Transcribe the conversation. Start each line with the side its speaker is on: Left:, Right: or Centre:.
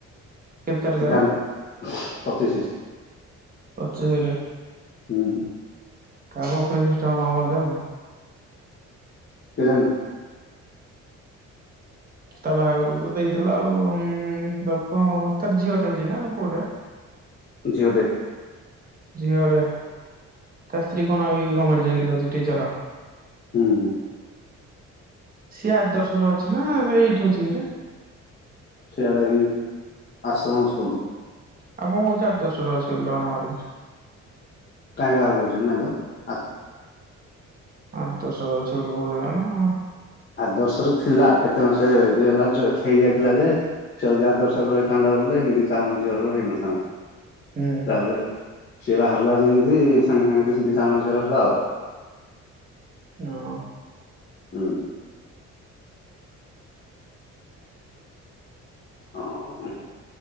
Right: କେତ ତାରିଖରେ?
Left: ସେ ଗାଁ ପଚିଶି
Right: ପଚିଶିରେ
Left: ଉଁ ହଁ।
Right: <unintelligible> ହବ ମଧ୍ୟ
Left: କେଜାଣି
Right: ତା ବାହାଘରକୁ ତ ଦେଇଥିଲା ଆଉ ଉଁ <unintelligible> ତାର ଝିଅ ଟେ ହେଇଛି ନା ପୁଅଟେ
Left: ଝିଅଟେ
Right: ଝିଅଡେ ତା ସ୍ତ୍ରୀ କଣ ଏ ଗମେଣ୍ଟ ଚାକିରି କରିଛି ଟିଚର
Left: ହୁଁ ହୁଁ।
Right: ସିଏ ଆଦର୍ଶ <unintelligible> ଅଛି ନା ଏବେ ଏଇଠି ଅଛି? ଟିଙ୍ଗଟା
Left: ସିଆଡ ହିଁ ଆଶ୍ରମ ସ୍କୁଲ।
Right: ଆ କଣ କଉଚି ଆଦର୍ଶ ରେ ଅଛି ଡହରା ମାରିକି
Left: କାଇଁ କାହାକୁ କହିଛ ନା ତ ଆ
Right: ଆଦର୍ଶ ଅଛି ବୋଲି କହୁଥିଲା ନା
Left: ଆଦର୍ଶରେ ଥିଲା କେତେ ମାସେ ଇଏ ହେଲା ଯୋ ହେଇଯାଇଥିଲା ଯେ ସିଏ ଯଦି ଆଦର୍ଶରେ ରହିଥାନ୍ତା ବୋଲେ ହିନ୍ଦୀ ସାରଙ୍କ ଝିଅର ହେଇନଥାନ୍ତା।
Right: ହୁଁ
Left: ତାପରେ ସିଏ ପା ହାର୍ଲା ଯେମ ସେ ସାଙ୍ଗେ ସାଙ୍ଗେ ହେଟୁ ହିନ୍ଦୀ ସାର୍ ଙ୍କ ଝିଅର ହେ ବ୍ଲଗ୍
Right: ହଁ।
Left: ହୁଁ। ଆଉ